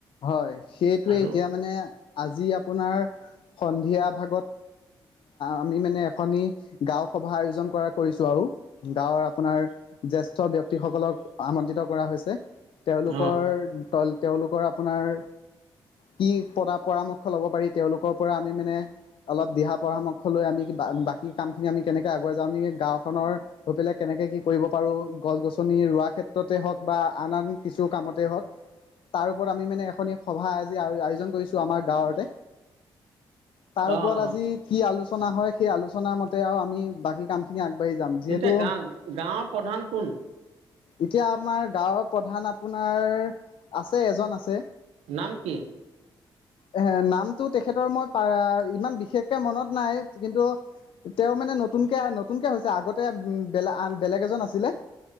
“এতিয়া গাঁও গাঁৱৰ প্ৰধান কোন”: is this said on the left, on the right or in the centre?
Right